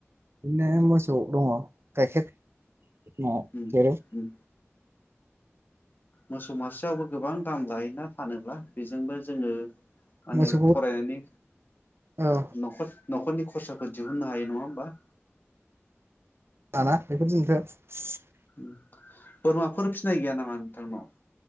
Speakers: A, on the right; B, on the left.
A: बिदिनो मोसौ दङ गाइखेर न'आव
B: उम
A: सेरो
B: उम मोसौ मासेयावबो गोबां दाम लायोना फानोब्ला बेजोंबो जोंङो माने
A: मोसौखौ
B: फरायनायनि
A: औ
B: न'खर न'खरनि खरसाखौ दिहुननो हायो नङा होमबा
A: <unintelligible>
B: <unintelligible> बोरमाफोर फिनाय गैया नामा नोंथांनाव?